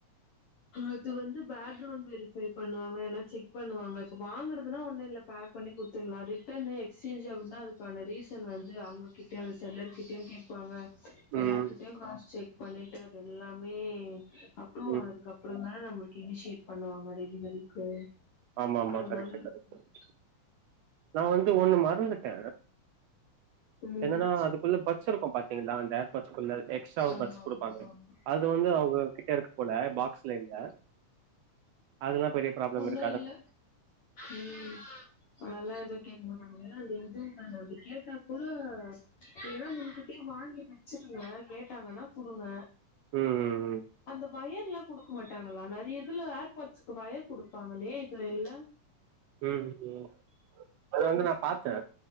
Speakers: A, on the left (about 60°); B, on the right (about 80°).
A: இது வந்து பேக்ரவுண் வெரிஃபை பண்ணுவாங்க ஏன்னா செக் பண்ணுவாங்க இப்போ வாங்குறதுன்னா ஒன்னுல்ல பேக் பண்ணி குடுத்துர்லா ரிட்டன் எக்ஸ்சேஞ்ச் அப்புன்னா அதுக்கான ரீசன் வந்து அவுங்ககிட் கிட்டயு அது செல்லர் கிட்டயு கேப்பாங்க
B: ம்
A: எல்லார்கிட்டயு க்ராஸ் செக் பண்ணிட்டு அது எல்லாமே அப்ரூவ்
B: ம்
A: ஆனதுக் அப் அப்றோ தானே நம்மளுக்கு இனிஷியேட் பண்ணுவாங்க டெலிவரிக்கு
B: ஆமா ஆமா
A: அதனால
B: கரெக்ட்
A: இருக்கலா
B: கரெக்ட் நா வந்து ஒண்ணு மறந்துட்ட
A: ம்
B: என்னன்னா அதுக்குள்ள பட்ஸ் இருக்கும் பாத்தீங்களா அந்த ஏர் பட்ஸ் குள்ள எக்ஸ்ட்ரா
A: ஆமா
B: பட்ஸ் குடுப்பாங்க
A: ஆமா ஆமா ஆமா
B: அது வந்து அவுங்க கிட்ட இருக்கு போல பாக்ஸ்ல இல்ல அதல்லா பெரிய ப்ராப்ளம் இருக்
A: து இல்ல ம் அதல்லா எது கேக் மாட்டாங்க அது எதுவும் தானே அப்டி கேட்டா கூட இல்லனா முன்கூட்டியே வாங்கி வெச்சிருங்க கேட்டாங்கன்னா குடுங்க
B: ம் ம்
A: அந்த வயர்ல்லா குடுக்க மாட்டாங்களா நறைய இதுல ஏர் வயர் குடுப்பாங்களே இதுல இல்ல
B: ம்ம் அது வந்து நா பாத்தே